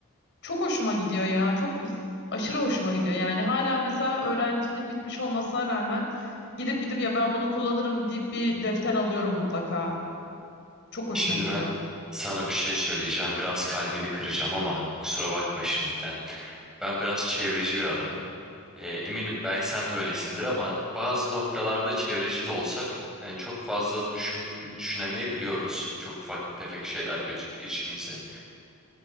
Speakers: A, on the left; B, in the centre.
A: çok hoşuma gidiyor ya. Çok z- aşırı hoşuma gidiyor. Yani hala mesela öğrenciliğim bitmiş olmasına rağmen gidip gidip ya ben bunu kullanırım deyip bir defter alıyorum mutlaka. Çok hoşuma
B: şimdi
A: gidiyor.
B: ben sana bir şey söyleyeceğim. Biraz kalbini kıracağım ama kusura bakma şimdiden. Ben biraz çevreci bir adamım. Ee, eminim belki sen de öylesindir ama bazı noktalarda çevreci de olsak yani çok fazla düşün, düşünemeyebiliyoruz. Çok ufak tefek şeyler gözüktüğü için bize.